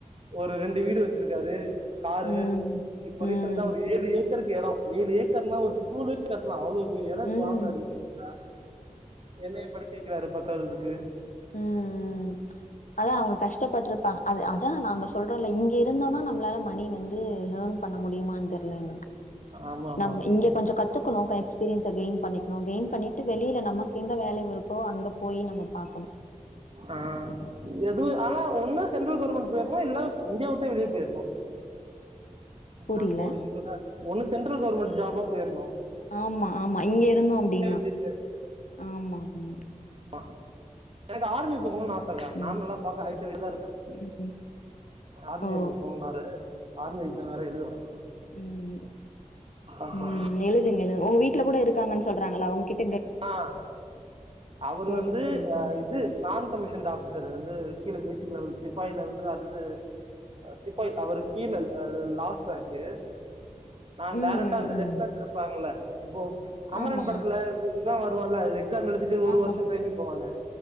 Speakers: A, on the right; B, on the left.
A: ஒரு ரெண்டு வீடு வச்சிருக்காரு காரு
B: ம்
A: இப்போ
B: ம்
A: ரீசன்ட்டா ஒரு ஏழு ஏக்கருக்கு எடோ ஏழு ஏக்கர்னா ஒரு ஸ்கூலே கட்டலா அவ்ளோ ஒரு எடோ
B: ம்
A: இப்ப வாங்கனாரு சன்ட்டா என்னைய படிக்க வக்கிறாரு பத்தாததுக்கு
B: ம் ம் அதா அவுங்க கஷ்டப்பட்டுருப்பா அது அதா நாம சொல்றோ இல்லை இங்க இருந்தோனா நம்மளால மணி வந்து ஏர்ன் பண்ண முடியுமானு தெரில எனக்கு
A: ஆமா ஆமா
B: நம்ம இங்க கொஞ்சோ கத்துக்கணு க எக்ஸ் பீரியன்ஸ்ச கெயின் பண்ணிக்கணு கெயின் பண்ணிட்டு வெளியில நமக்கு எங்கே வேல்யூவ் இருக்கோ அங்கே போயி நம்ம பாக்கணு
A: ஆ எதுவு ஆனா ஒன்னு சென்ட்ரல் கவர்மெண்ட் போயிரணு இல்ல இந்தியா விட்டே வெளிய போயிரணு
B: புரில
A: நம்போ இங்கலா ஒண்ணு சென்ட்ரல் கவர்மெண்ட் ஜாபா போயிரணு
B: ஆமா ஆமா இங்க இருந்தோ அப்டின்னா
A: வெளியே
B: ஆமா ஆமா
A: அ எனக்கு ஆர்மி போகணுனு ஆச அக்கா
B: ம்
A: நா நல்லா பாக்க ஹைட் வெய்ட்டு தா இருப்பே
B: ம்
A: ஆர்மி
B: ஓ
A: எனக்கு போனுனாரு ஆர்மி எக்ஸாம் வேற எழுத போறே
B: ம்
A: அப்பா
B: ம் எழுதுங்க எழுதுங்க உங்க வீட்ல கூட இருக்கான்னு சொல்றாங்கள அவுங்கிட்
A: ஆ அவரு
B: கேட்டுட்டு
A: வந்து
B: எழுதுங்க
A: இது நான் கமிஷன்டு ஆபிஸ் இவரு வந்து கீழ பேசிக் லெவல் சிப்பாயில இருந்து அதுது சிப்பாய் அவருக்கு கீழ ல ல லாஸ்ட் ராங்க்கு நா
B: ம்
A: டெரக்டா
B: ம்
A: அந்த
B: ம்
A: லெப்லன்ட் இருப்பாங்கள இப்போ அமரன்
B: ஆமா
A: படத்துல இவ வருவான்ல எக்ஸாம் எழுதிட்டு ஒரு
B: ஆமா
A: வர்ஷோ டிரையனிங் போவானே